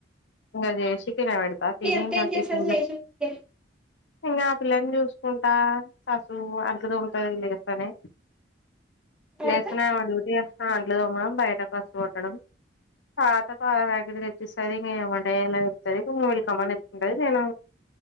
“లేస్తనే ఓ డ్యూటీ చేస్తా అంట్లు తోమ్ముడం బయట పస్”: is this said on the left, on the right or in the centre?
Left